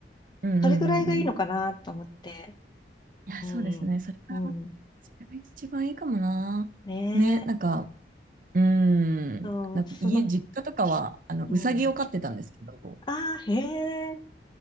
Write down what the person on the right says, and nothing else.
うん、うん、
うん。うんいや、
そうですね。それが、
それが一番いいかもな。
ね、なんか、うー
ん、なんか家、
実家とかは、あの、
うさぎを飼ってたんですけど、